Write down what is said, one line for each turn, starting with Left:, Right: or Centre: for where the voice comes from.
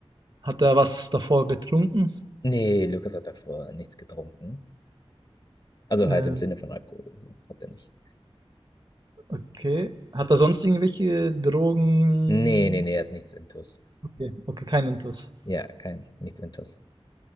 Right: Hat er was davor getrunken?
Left: Nee, Lukas hat davor nichts getrunken. Also
Right: Ähm,
Left: halt im Sinne von Alkohol oder so. Hat er nicht.
Right: okay. Hat er sonst irgendwelche Drogen?
Left: Nee, nee, nee, er hat nichts intus.
Right: Okay, okay, kein Intus.
Left: Ja, kein, nichts intus.